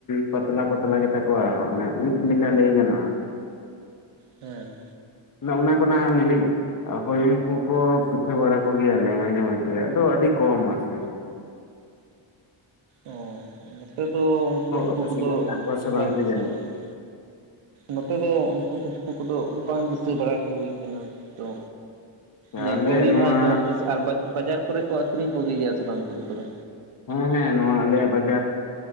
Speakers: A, on the left; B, on the right.
A: ᱯᱟᱛᱼᱼ ᱛᱞᱟ ᱯᱟᱛᱞᱟ ᱜᱮ ᱛᱟᱠᱚᱣᱟ ᱚᱱᱮ ᱩᱵ ᱞᱮᱠᱟ ᱞᱮᱭ ᱜᱟᱱᱚᱜᱼᱟ᱾
B: ᱦᱮᱸ
A: ᱚᱱᱟ ᱚᱱᱟ ᱠᱷᱚᱱᱟᱜ ᱱᱮᱱᱤᱡᱽ᱾ ᱟᱨ ᱦᱳᱭ ᱩᱱᱠᱩ ᱠᱚ ᱯᱤᱴᱷᱟᱹ ᱵᱟᱲᱟ ᱠᱚᱜᱮᱭᱟᱞᱮ ᱢᱟᱡᱷᱮᱢᱚᱫᱷᱮ ᱟᱫᱚ ᱟᱹᱰᱤ ᱠᱚᱢ ᱟᱨᱠᱤ᱾
B: ᱚ ᱱᱚᱛᱮ ᱫᱚ ᱩᱱᱠᱩ ᱦᱟᱹᱠᱩ
A: ᱟᱯᱮ
B: ᱠᱚᱫᱚ
A: ᱥᱮᱫ ᱫᱚ ᱦᱮᱱᱟᱜ ᱠᱚᱣᱟ ᱥᱮ
B: ᱵᱟᱝ
A: ᱠᱤ
B: ᱫᱤᱥᱟᱹ
A: ᱡᱟᱹᱱᱤᱡ
B: ᱵᱟᱲᱟᱜᱼᱟ ᱠᱚ᱾ ᱱᱚᱛᱮ ᱫᱚ ᱩᱱᱠᱩ ᱦᱟᱹᱠᱩ ᱠᱚᱫᱚ ᱵᱟᱝ ᱫᱤᱥᱟᱹ ᱵᱟᱲᱟ ᱦᱩᱭ ᱟᱠᱟᱱᱟ᱾ ᱛᱚ ᱧᱮᱞ
A: ᱟᱞᱮ
B: ᱠᱚ ᱦᱩᱭᱩᱜᱼᱟ
A: ᱱᱚᱣᱟ
B: ᱡᱟᱦᱟᱸ ᱛᱤᱥ ᱟᱨ ᱵᱟᱡᱟᱨ ᱠᱚᱨᱮ ᱠᱚ ᱟᱹᱠᱷᱨᱤᱧ ᱠᱚᱜᱮ ᱜᱮᱭᱟ ᱥᱮ ᱵᱟᱝ ᱦᱟᱹᱠᱩ ᱫᱚ ᱛᱚᱵᱮ?
A: ᱦᱮᱸ ᱦᱮᱸ ᱱᱚᱣᱟ ᱟᱞᱮᱭᱟᱜ ᱵᱟᱡᱟᱨ